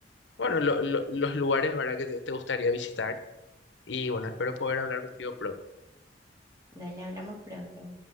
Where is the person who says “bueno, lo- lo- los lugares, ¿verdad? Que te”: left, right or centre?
Left